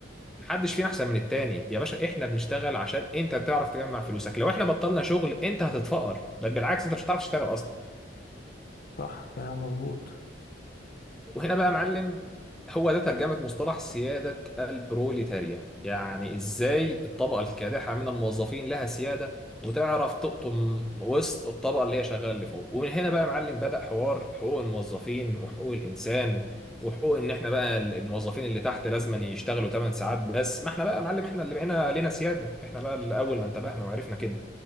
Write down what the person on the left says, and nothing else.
صح كلام مظبوط